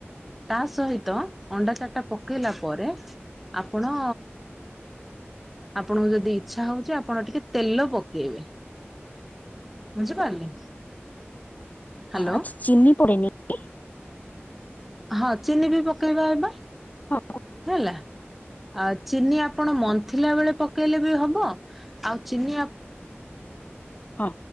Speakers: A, in the centre; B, on the left (about 35°).
A: ତା ସହିତ ଅଣ୍ଡା ଚାରିଟା ପକେଇଲା ପରେ ଆପଣ ଆପଣଙ୍କୁ ଯଦି ଇଚ୍ଛା ହଉଛି ଆପଣ ଟିକେ ତେଲ ପକେଇବେ। ବୁଝିପାରିଲେ? ହ୍ୟାଲୋ
B: ଆଛା ଚିନି ପଡ଼େନି କି?
A: ହଁ ଚିନି ବି ପକେଇବା ଏବେ
B: ହଁ
A: ହେଲା। ଆ ଚିନି ଆପଣ ମନ୍ଥିଲା
B: ହଁ।
A: ବେଳେ ପକେଇଲେ ବି ହବ ଆଉ ଚିନି
B: ହଁ